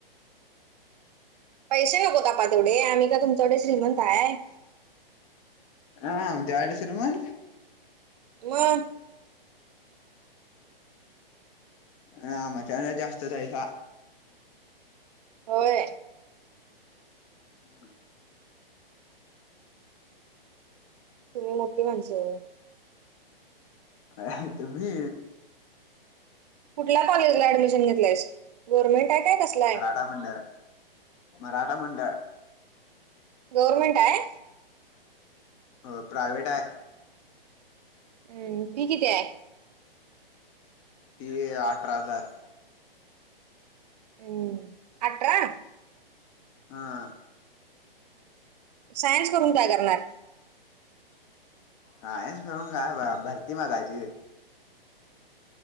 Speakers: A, on the right (about 45°); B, on the left (about 30°).
A: पैसे नकोतापा तेवढे आम्ही का तुमच्याकडे श्रीमंत आहेय
B: हा जाडच न म
A: व
B: ह मजान जास्त होतयस
A: होळ
B: हम्म
A: तुम्ही मोठी माणसं
B: अ तुम्ही
A: कुठल्या कॉलेजला ऍडमिशन घेतलंयस गव्हर्नमेंट आहे काय कसलाय
B: मा म्हड मराठा म्हंड
A: गवर्नमेंट आहे
B: हो प्रायवेट आहे
A: हम्म फी किती आहे
B: क अठरा हजार
A: हम्म अठरा.
B: हा.
A: सायन्स करून काय करणार.
B: सायन्स करून काय भरती बघायची.